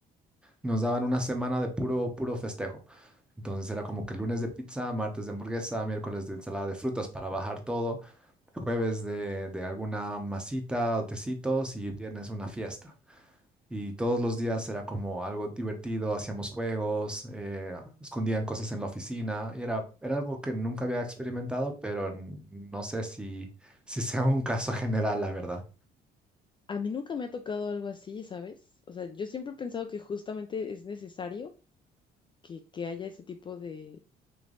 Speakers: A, in the centre; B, on the left.
A: nos daban una semana de puro, puro festejo. Entonces era como que lunes de pizza, martes de hamburguesa, miércoles de ensalada de frutas para bajar todo, jueves de, de alguna masita o tecitos y viernes una fiesta. Y todos los días era como algo divertido, hacíamos juegos, eh, escondían cosas en la oficina. y era, era algo que nunca había experimentado, pero n- no sé si, si sea un caso <laughs> general, la verdad.
B: A mí nunca me ha tocado algo así, ¿sabes? O sea, yo siempre he pensado que justamente es necesario que, que haya ese tipo de,